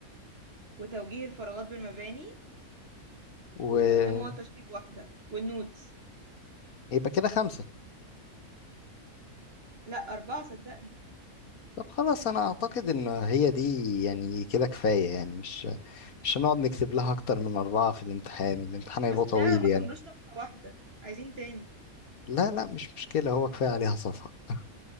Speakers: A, on the right (about 45°); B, on the left (about 75°).
A: وتوجيه الفراغات بالمباني
B: ويبقى
A: واستخدام مواد تشطيب واحده والنودز
B: كده خمسة
A: لا اربعه صدقني
B: طب خلاص أنا أعتقد إن هي دي يعني كده كفاية يعني مش مش هنقعد نكتب لها أكتر من أربعة في الامتحان الامتحان هيبقى
A: بس
B: طويل
A: ده ما
B: يعني
A: كملوش صفحه واحده عايزين تاني
B: لا لا مش مشكلة هو كفاية عليها صفحة <laughs>